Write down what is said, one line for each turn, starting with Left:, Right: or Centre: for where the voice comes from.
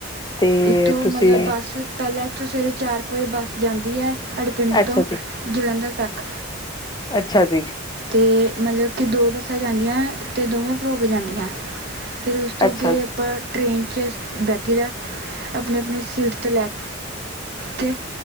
Left: ਤੇ
Right: ਇੱਥੋਂ
Left: ਤੁਸੀਂ
Right: ਮਤਲਬ ਬਸ ਪਹਿਲਾਂ ਇੱਥੋਂ ਸਵੇਰੇ ਚਾਰ ਕੁ ਵਜੇ ਬੱਸ ਜਾਂਦੀ ਐ ਸਾਡੇ ਪਿੰਡ
Left: ਅੱਛਾ
Right: ਤੋਂ
Left: ਜੀ
Right: ਜਲੰਧਰ ਤੱਕ।
Left: ਅੱਛਾ ਜੀ।
Right: ਤੇ ਮਤਲਬ ਕੀ ਦੋ ਬੱਸਾਂ ਜਾਂਦੀਆਂ ਤੇ ਦੋਵੇਂ ਭਰੋ ਕੇ ਜਾਂਦੀਐ ਫਿਰ ਉਸ ਉਸ ਤੋਂ
Left: ਅੱਛਾ
Right: ਅੱਗੇ
Left: ਜੀ
Right: ਆਪਾਂ ਟ੍ਰੇਨ ਚ ਬੈਠੀ ਦਾ, ਆਪਣੀ-ਆਪਣੀ ਸੀਟ ਤੋਂ ਲੈ ਕੇ